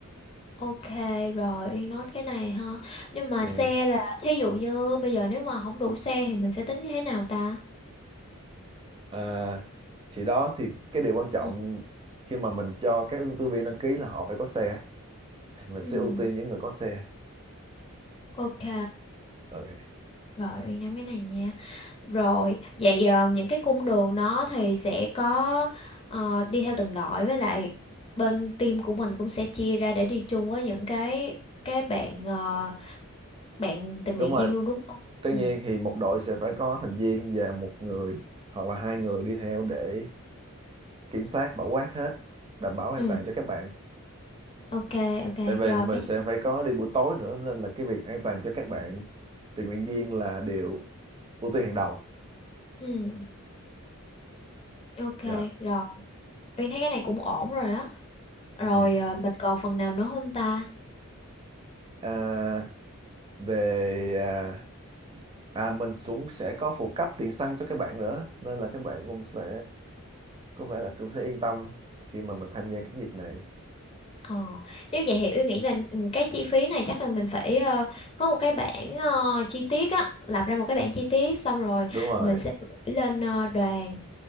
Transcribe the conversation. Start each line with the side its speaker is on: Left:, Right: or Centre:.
Left: ok rồi Uyên nốt cái này ha. Nhưng mà
Right: Ok.
Left: xe là thí dụ như bây giờ nếu mà không đủ xe thì mình sẽ tính như thế nào ta?
Right: À, thì đó thì cái điều quan trọng
Left: Ừ,
Right: khi mà mình cho các ứng cử viên đăng ký là họ phải có xe mình
Left: ừ,
Right: sẽ ưu tiên những người có xe
Left: ok.
Right: Ok.
Left: Rồi Uyên nắm cái này nha. Rồi, vậy ờ, những cái cung đường đó thì sẽ có ờ, đi theo từng đội với lại bên team của mình cũng sẽ chia ra để đi chung với những cái cái bạn ờ, bạn tình nguyện
Right: đúng rồi
Left: viên luôn đúng không?
Right: tất
Left: Ừ,
Right: nhiên thì một đội sẽ phải có thành viên và một người hoặc là hai người đi theo để kiểm soát bảo quát hết đảm bảo an
Left: ừ,
Right: toàn cho các bạn
Left: ok ok.
Right: tại vì
Left: Rồi
Right: mình
Left: cái
Right: sẽ phải có đi buổi tối nữa nên là cái việc an toàn cho các bạn tình nguyện viên là điều ưu tiên hàng đầu
Left: ừ, ok
Right: Dạ.
Left: rồi. Uyên thấy cái này cũng ổn rồi đó. Rồi
Right: ừ.
Left: ờ, mình còn phần nào nữa không ta?
Right: à, về à, À, mình cũng sẽ có phụ cấp tiền xăng cho các bạn nữa nên là các bạn cũng sẽ có vẻ là cũng sẽ yên tâm khi mà mình tham gia cái dịp này
Left: Ờ, nếu vậy thì Uyên nghĩ là ừ, cái chi phí này chắc là mình phải ờ, có một cái bảng ờ, chi tiết á, lập ra một cái bảng chi tiết xong rồi
Right: đúng rồi
Left: mình sẽ gửi lên ờ, đoàn,